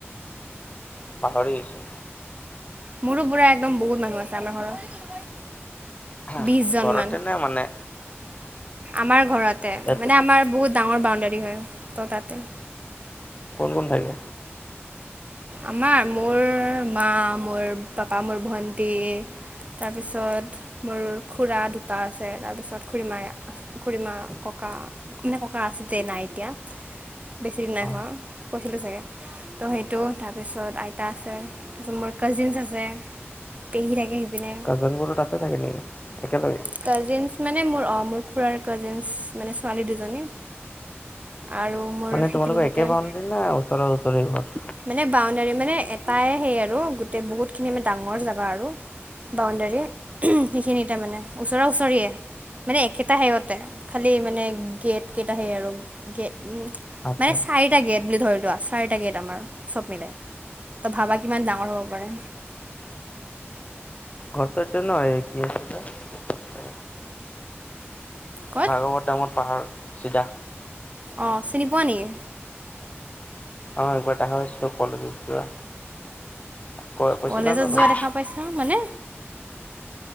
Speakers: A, on the left; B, on the right.
A: পাহৰি আহিছো
B: মোৰ বুঢ় একদম বহুত মানুহ আছে আমাৰ ঘৰত
A: হ
B: বিছজনমান
A: ঘৰতে ন মানে
B: আমাৰ ঘৰতে
A: ইয়াতে
B: মানে আমাৰ বহুত ডাঙৰ বাউণ্ডৰী হয় ত তাতে
A: কন্ থাকে
B: আমাৰ মোৰ মা মোৰ পাপা মোৰ ভন্টি তাৰপিছত মোৰ খুৰা দুটা আছে তাৰপিছত খুড়ীমা খু়মা ক মানে ককা আছিলছে নাই এতিয়া বেছি দিন নাই
A: অ
B: হোৱা কৈছিলো চাগে ত' সেইটো তাত তাৰপিছত আইতা আছে তাৰপিছত মোৰ কাজিনছ আছে পেহী থাকে সেইপিনে
A: কাজিন বোৰত আছে থাকে নেকি একেলগে
B: কাজিন মানে মোৰ অ মোৰ খুৰাৰ কাজিনছ মানে ছোৱালী দুজনী আৰু মোৰ
A: মানে
B: সেইপিনে
A: তোমালোকৰ
B: থাকে
A: একে বাউণ্ডেৰী না ওচৰে ওচৰে ঘৰ
B: মানে বাউণ্ডাৰী মানে এটাই সেই আৰু গোটেই বহুত খিনি মানে ডাঙৰ জোগা আৰু বাউণ্ডৰী সেইখিনি তাৰ মানে ওচৰ ওচৰিয়ে মানে একেইটা সেতে খালি মানে গেট কেইটা সে আৰু গে উ
A: আচ্ছা
B: মানে চাৰিটা গেট বুলি ধৰিলোৱা চাৰিটা গেট আমাৰ চব মিলাই ত ভাবা কিমান ডাঙৰ হব পাৰে
A: ঘৰটোৰ হয় কি আছে
B: ক'ত
A: ভাগৱত নামত পাহাৰ চিধা
B: অ, চিনি পোৱা নেকি
A: অ', একবাৰ দেখা হৈছিলো কলেজত যোৱা ক কৈছিলা
B: কলেজত
A: ন তুমি
B: যোৱা দেখা পাইছা মানে